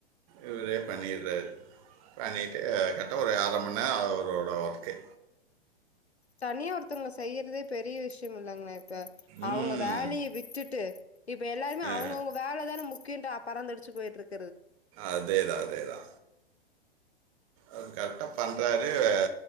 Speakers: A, on the right (about 35°); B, on the left (about 85°).
A: இவரே பண்ணிடுறாரு பண்ணிட்டு அதுகேட்ட <unintelligible> <unintelligible> அவரோட ஒர்க்கு
B: தனியா ஒருத்தங்க செய்றதே பெரிய விஷயம்யில்லங்க <unintelligible>
A: ம்.
B: அவங்க வேலய விட்டுட்டு இப்ப எல்லாருமே
A: அ.
B: அவங்கவுங்க வேலதான முக்கியண்ட் பறந்தடிச்சி போயிட்ருக்கு
A: அதேதா அதேதா அது கரெக்டா பண்ணுறாரு ஹா ஹா